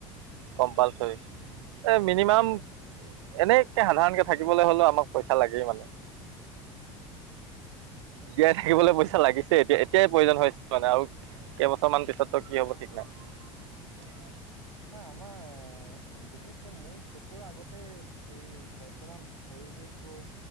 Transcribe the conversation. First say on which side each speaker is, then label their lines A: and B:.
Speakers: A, on the right; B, on the right.
A: কম্পালচৰি এ মিনিমাম - এনেই যদি সাধাৰণকে থাকিবলৈ হলেও আমাক পইচা লাগেই মানে - জীয়াই থাকিবলৈ পইচা লাগিছে এতিয়া-এতিয়াই প্ৰয়োজন হয় । মানে আৰু কেইবছৰমান পিছততো কি হ'ব ঠিক নাই ।
B: হয় আমাৰ বিশেষকে মোৰ চকুৰ আগতে এই বৰ্তমান পৰি। পৰিৱেশবোৰ